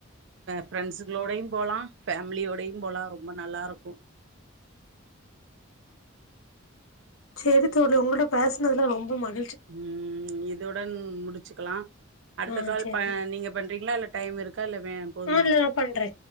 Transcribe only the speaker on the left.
சரி தோழி உங்களோட பேசினதுல்ல ரொம்ப மகி
ஆ
சேரி தோழி
ஆ இல்ல நா பண்றே